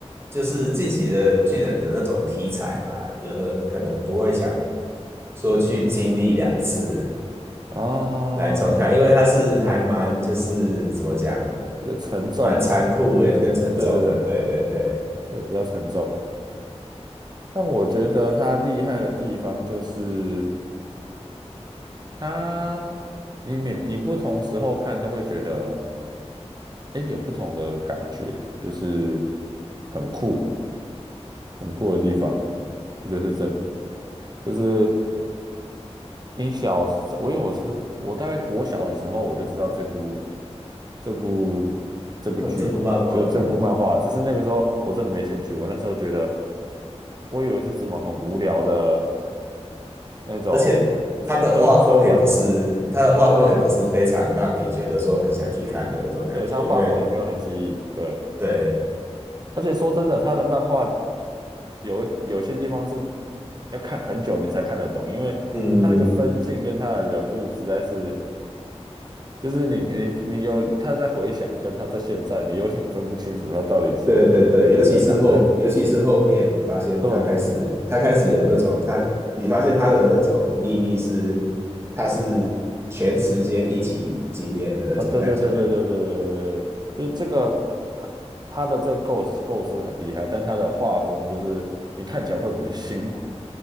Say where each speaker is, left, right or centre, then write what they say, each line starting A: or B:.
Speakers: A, on the right; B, on the right.
A: 就是自己的巨人的那种题材嘛，有的人可能不会想说去经历两次
B: 啊
A: 来重看，因为它是还蛮就是怎么讲，
B: 比较沉重吧。
A: 蛮残酷的跟沉重的，
B: 对对对。
A: 对对对，
B: 对，比较沉重。但我觉得它厉害的地方就是它，你每你不同时候看都会觉得，哎，有不同的感觉，就是很酷，很酷的地方，就是这里。就是你小时，我因为我从我大概国小的时候我就知道这部这部这部剧，
A: <laughs> 这部漫画，
B: 就是这部漫画，
A: <laughs>
B: 只是那个时候我真的没兴趣，我那时候觉得，我以为是什么很无聊的。那种是科科幻，
A: 而且它的画风也不是它的画风也不是非常让你觉得说很想去看的那种感觉，
B: 对对对，他画风也没有很吸引，
A: 因为
B: 对，
A: 对，
B: 而且说真的，他的漫画有有些地方是要看很久你才看得懂，因为他那个分镜跟他的人物实在是，
A: 嗯。
B: 就是你你你有他在回想跟他在现在，你有点分不清楚他到底是
A: 对对对，尤其是后，
B: 在哪的，
A: 尤其是后面，你发现他开始，
B: 对，
A: 他开始有那种他，你发现他的那种秘密是，他是全时间一起经验的那种感觉。
B: 啊，对对对对对对对对，就是这个。他他的这个构思构思很厉害，但他的画风就是你看起来会比较辛苦。